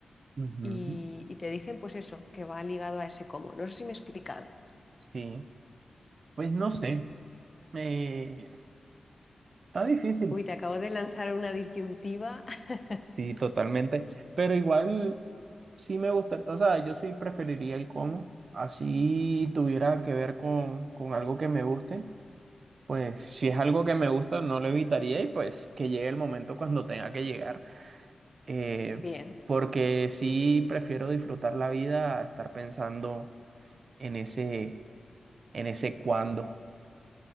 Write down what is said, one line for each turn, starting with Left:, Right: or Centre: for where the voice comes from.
Right: Ujú.
Left: y, y te dicen pues eso, que va ligado a ese cómo. No sé si me he explicado.
Right: Sí. Pues no sé, eh, está difícil,
Left: Uy, te acabo de lanzar una disyuntiva. <laughs>
Right: sí, totalmente, pero igual sí me gusta, o sea, yo sí preferiría el cómo, así tuviera que ver con, con algo que me guste, pues si es algo que me gusta no lo evitaría y pues que llegue el momento cuando tenga que llegar, eh,
Left: Bien,
Right: porque sí prefiero disfrutar la vida a estar pensando en ese, en ese cuándo,